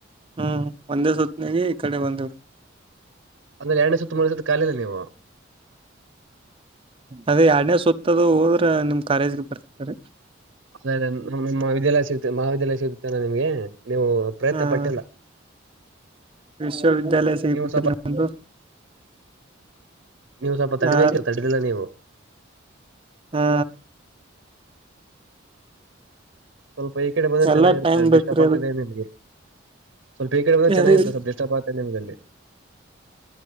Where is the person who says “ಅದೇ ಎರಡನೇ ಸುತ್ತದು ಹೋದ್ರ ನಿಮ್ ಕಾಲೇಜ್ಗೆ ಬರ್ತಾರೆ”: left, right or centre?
Right